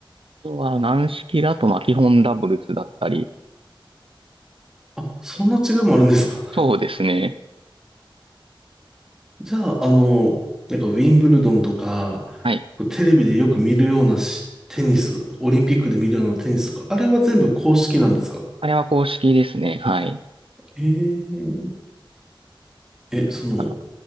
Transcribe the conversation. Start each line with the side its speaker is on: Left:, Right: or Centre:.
Right: あとは軟式だと、まあ、基本ダブルスだったり、
Centre: あ、そんな違いもあるんですか
Right: そうですね。
Centre: <laughs> じゃあ、あの、なんかウィンブルドンとか、
Right: はい。
Centre: こうテレビでよく見るようなしテニス、オリンピックで見るようなテニスとか、あれは全部公式なんですか
Right: あれは公式ですね。はい。
Centre: へえ。え、その、
Right: あら、